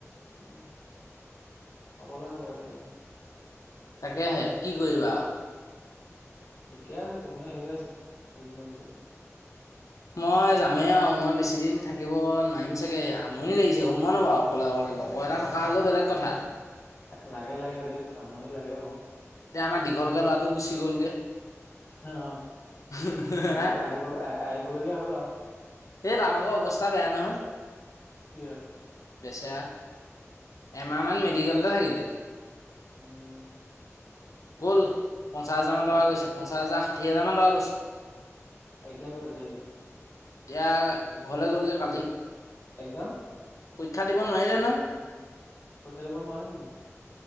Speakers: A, on the left; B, on the left.
A: উম অকলে গলা এতিয়া তুমি?
B: তাকেহে কি কৰিবা আৱ।
A: ঠিকে আছে, তুমিও আহিবাচোন দুদিনৰ পিছত।
B: মই যামেই আৰু মই বেছি দিন থাকিব নোৱাৰিম চাগে, আমনি লাগিছে গম পাৱ নাপাৱ, অকলে অকলে লগ ৰ এটা থকা হ'লেও বেলেগ কথা।
A: লাগে লাগে ধেট আমনি লাগে অ।
B: এতিয়া আমাৰ দীঘলকে ল'ৰাটো গুচি গ'লগে।
A: অ হ
B: এই
A: আহিব আহিব আহ আহিবলগীয়া হ'ল আৰু।
B: তাৰ ভাগৰ অৱস্থা বেয়া নহয়।
A: কিয়?
B: বেচেয়া। এমাহ মান মে, মেডিকেলতে থাকিলে।
A: উম।
B: গ'ল। পঞ্চাছ হাজাৰমান টকা
A: এ
B: গৈছে। পঞ্চাছ হাজাৰ, শাঠি হাজাৰ মান টকা গৈ ছে।
A: এতিয়া কত আছে সি?
B: এতিয়া ঘৰলে গ'লগে কালি।
A: এক্সাম?
B: পৰীক্ষা দিব নোৱাৰিলে নহয়।
A: পৰীক্ষা দিব নোৱাৰি নেকি?